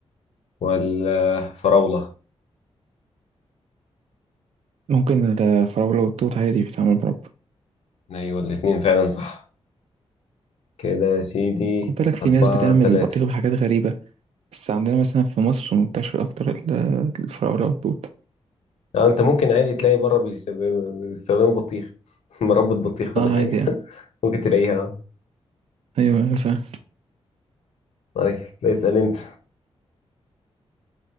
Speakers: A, on the left; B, on the right.
A: ولا فراوله
B: ممكن الفراولة والتوت عادي بيتعمل مربى
A: ايوه الاتنين فعلا صح كده يا سيدي
B: خد بالك في
A: أربعة
B: ناس بتعمل
A: تلاتة
B: بطيخ بحاجات غريبة بس عندنا مثلا في مصر منتشر اكتر ال- الفراولة والتوت
A: آه، انت ممكن عادي تلاقي بره بيست- بيستخدموا بطيخ <laughs> مربى بطيخ
B: اه
A: ولا حاجه
B: عادي آه.
A: <laughs> ممكن تلاقيها
B: ايوه أيوة، فاهم
A: طيب اسأل انت